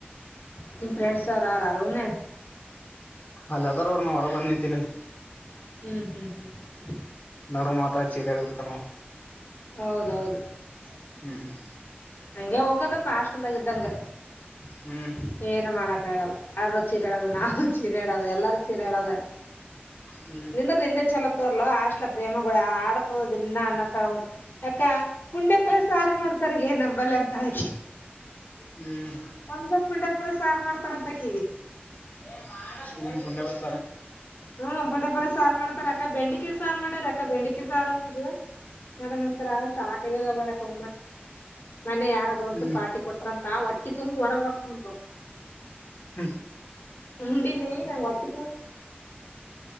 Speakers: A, on the left (about 60°); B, on the left (about 45°).
A: ನಿಮ್ಮ ಫ್ರೆಂಡ್ಸ್ ಅವ್್ರ ಯಾರಾರನ
B: ಅಲ್ಲದಾರ ಅವರು ನ ಹೊರ ಬಂದ ನಿಂತ ಮೇಲೆ
A: ಹ್ಮ್ ಹ್ಮ್ ಹ್ಮ್
B: ನಡುವ ಮಾತಾ ಚೀರಿ ಕೊಡ್ತಾರೋ
A: ಹೌದೌದು
B: ಹ್ಮ್
A: ಹಂಗೆ ಹೋಗದ ಪ ಅಾಷ್ಟಂದಾಗ್ದಂಗ
B: ಹ್ಮ್
A: ಏನು ಮಾಡಕ್ಕ ಆಗಲ್ಲ ಅವರು ಚೀರೆಾಡೋದು ನಾವರು ಚೀರೆ ಹೇಳೋದು ಎಲ್ಲಾರೂ ಚೀರೆ ಹೇಳೋದ
B: ಹ್ಮ್
A: ನಿಂದ್ರ ನಿಂದೆ ಚಲೋ ತೋರ್ಲ ಆಷ್ಟಲ ಪ್ರೇಮಗಳ ಆಡತ ದ ಇನ್ನ ಅನ್ನ ಯಾಕ ಪುಂಡೆ ಪಲಸ ಆಾರು ಮಾಡ್ತಾರಗ ನಮಂಬಲ್ ಅಂತಕಿ
B: ಹ್ಮ್
A: ಒಂದ ಮಂಡಪುರ ಸಾರು ಮಾಡ್ತಾರ ಅಂತಕ್ೀಗೆ
B: ಹ ಪಡ ಬ
A: ಹ್ಮ ಬುಂಡೆಪರ ಸಾರು ಮಾಡ್ತಾರಕ್ಕ ಬೆಂಡಿಕೆ ಸಾರು ಮಾಡಾರಕ್ಕ ಾ ಬೆಂಡಕಿ ಸಾರ ಅಂತ ನನ ಒಂತರ ಸಾಕದ ಯಕ ಮ ಯಾರ ದೋಸ್ರು
B: ಹ್ಮ್
A: ಪಾರ್ಟಿ ಕೊಟ್ರಂತ ಒಟ್ಟಿ ತುಂಬಿ ಹೊರಗ್ ಬರ್ತಂ
B: ಹ್ಮ್
A: ಹಂಬಿನ ನ ಒಟ್ಟಿ